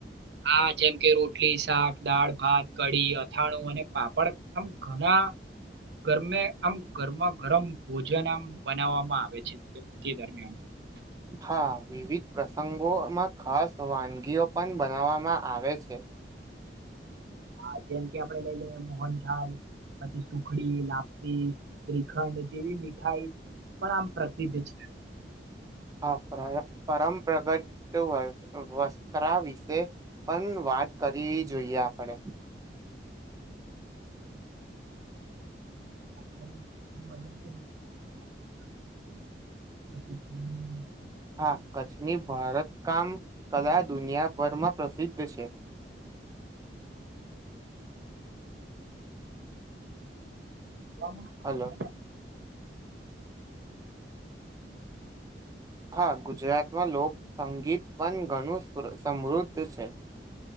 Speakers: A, on the right; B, on the right.
A: હા જેમ કે રોટલી શાક દાળ ભાત કઢી અથાણું અને પાપડ આમ ઘણા ણા ગરમે આમ ઘરમાં ગરમ ભોજન આમ બનાવવામાં આવે છે તે દરમિયાન.
B: હા વિવિધ પ્રસંગોમાં ખાસ વાનગીઓ પણ બનાવવામાં આવે છે.
A: હા જેમ કે આપડે લઈ લઈએ મોહનથાલ. પછી સુખડી લાપસી, ત્રિખંડ જેવી મીઠાઈ પણ આમ પ્રસ્ધ છે.
B: હ પર પરંપરાગત વ વસ્ત્રા વિશે પણ વાત કરી જોઈએ આપણેે. <inaudible>
A: <unintelligible>
B: હા કચ્છની ભારત કામ કદાચ દુનિયાભરમાં પ્રસિદ્ધ છે.
A: વામાં આવે
B: હલો.
A: છે ને
B: હા ગુજરાતમાં લોકસંગીત પણ ઘણું સમૃદ્ધ છે. <inaudible>